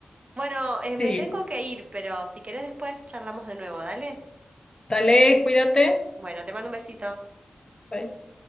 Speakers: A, on the right; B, on the left.
A: Bueno, eh,
B: Sí,
A: me tengo que ir, pero si querés después charlamos de nuevo, dale.
B: dale, cuídate.
A: Bueno, te mando un besito.
B: Bye.